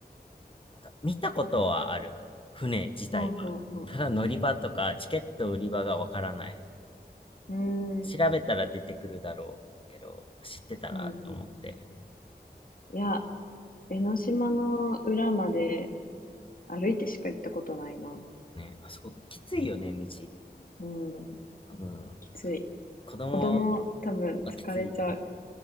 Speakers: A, on the left; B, on the left.
A: なんか見たことはある、船自体は。
B: うんうん
A: ただ乗り場とかチケット売り場がわからない。
B: うん。
A: 調べたら出てくるだろうけど、
B: うーん。
A: 知ってたらと思って。
B: うんうん。いや、江ノ島の裏まで歩いてしか行ったことないな。
A: ね、あそこきついよね、道。
B: うん。
A: 多分、
B: きつい。
A: 子供
B: 子供多分疲れちゃ
A: はきついよね。